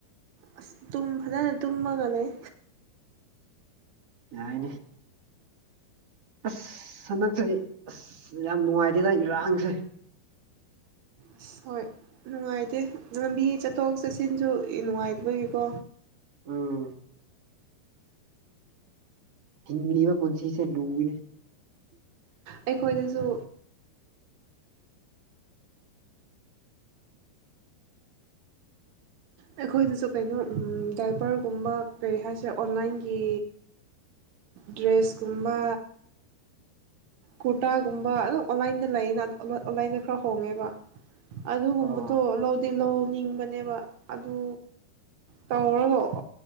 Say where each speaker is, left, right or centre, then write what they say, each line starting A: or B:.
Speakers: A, on the right (about 80°); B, on the right (about 45°).
A: ꯑꯁ ꯇꯨꯝ ꯐꯖꯅ ꯇꯨꯝꯃꯒ ꯂꯩ
B: ꯌꯥꯏꯅꯦ ꯑꯁ ꯁꯟꯗꯛꯁꯦ ꯌꯥꯝ ꯅꯨꯉꯥꯏꯇꯦꯗ ꯏꯔꯥꯡꯁꯦ
A: ꯑꯁ ꯍꯣꯏ ꯅꯨꯡꯉꯥꯏꯇꯦ ꯂꯝꯕꯤ ꯆꯠꯊꯣꯛ ꯆꯠꯁꯤꯟꯁꯨ ꯅꯨꯡꯉꯥꯏꯗꯣꯏꯒꯤꯀꯣ
B: ꯎꯝ ꯍꯤꯡꯂꯤꯤꯕ ꯄꯨꯟꯁꯤꯁꯦ ꯂꯨꯏꯅꯦ
A: ꯑꯩꯈꯣꯏꯗꯁꯨ ꯑꯩꯈꯣꯏꯗꯁꯨ ꯀꯩꯅꯣ ꯗꯥꯏꯕꯔꯒꯨꯝꯕ ꯀꯔꯤ ꯍꯥꯏꯁꯦ ꯑꯣꯟꯂꯥꯏꯟꯒꯤ ꯗ꯭ꯔꯦꯁ ꯀꯨꯝꯕ ꯀꯨꯔꯇꯥꯒꯨꯝꯕ ꯑꯗꯨꯝ ꯑꯣꯟꯂꯥꯏꯟꯗ ꯂꯩꯌꯦꯅ ꯑꯣꯟꯂꯥꯏꯟꯗ ꯈꯔ ꯍꯣꯡꯉꯦꯕ ꯑꯗꯨꯒꯨꯝꯕꯗꯣ
B: ꯑꯣ
A: ꯂꯧꯗꯤ ꯂꯧꯅꯤꯡꯕꯅꯦꯕ ꯑꯗꯨ ꯇꯧꯔꯒꯥ